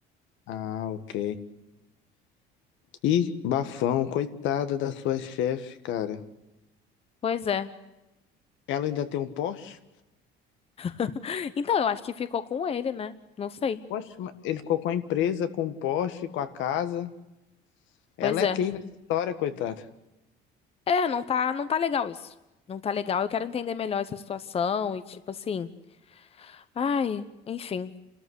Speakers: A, on the left; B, on the left.
A: Ah, ok. Ih, bafão, coitada da sua chefe, cara.
B: pois é.
A: Ela ainda tem um Porsche?
B: <laughs> Então, eu acho que ficou com ele, né? Não sei.
A: Poxa, mas ele ficou com a empresa, com o Porsche, com a casa. Ela
B: Pois
A: é
B: é.
A: quem nessa história, coitada?
B: É, não tá, não tá legal isso. Não tá legal. Eu quero entender melhor essa situação e tipo assim. Ai, enfim.